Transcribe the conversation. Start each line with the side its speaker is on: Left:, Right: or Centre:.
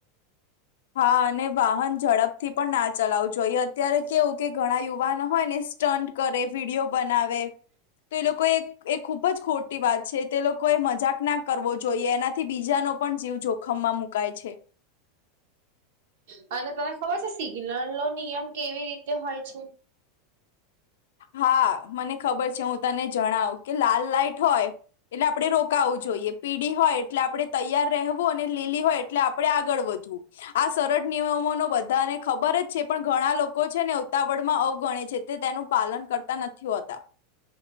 Left: હા અને વાહન ઝડપ થી પણ ના ચલાવું જોઈએ અત્યારે કેવું કે ઘણા યુવાનો હોય ને સ્ટન્ટ કરે વિડીયો બનાવે તો એ લોકો એ એ ખુબ જ ખોટી વાત છે તે લોકો એ મજાક ના કરવો જોઈએ એનાથી બીજાનો પણ જીવ જો ખમમાં મુકાય છે.
Right: હ અને તને ખબર છે સિગ્નલ નો નિયમ કેવી રીતે હોય છે.
Left: હા મને ખબર છે હું તને જણાઉ કે લાલ લાઈટ હોય એટલે આપડે રોકાવું જોઈએ, પીડી હોય એટલે આપડણે તૈયાર રહેવું અને લીલી હોય એટલે આપડે આગળ વધવું. આ સરળ નિયમો નો બધાને ખબર જ છે પણ ઘણા લોકો છે ને ઉતાવડ માં અવગણે છે તે તેનું પાલન કરતા નથી હોતા.